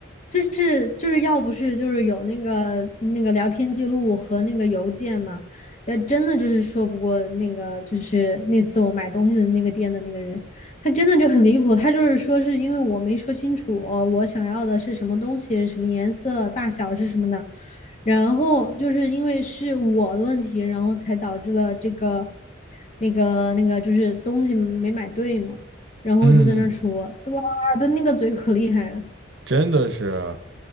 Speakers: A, on the left (about 35°); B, on the right (about 65°).
A: 就是就是要不是就是有那个那个聊天记录和那个邮件嘛，要真的就是说不过那个就是那次我买东西的那个店的那个人，他真的就很离谱，他就是说是因为我没说清楚我想要的是什么东西、什么颜色、大小是什么的，然后就是因为是我的问题，然后才导致了这个那个那个就是东西没买对嘛。然后就在那儿说，
B: 嗯，
A: 哇，的那个嘴可厉害了。
B: 真的是，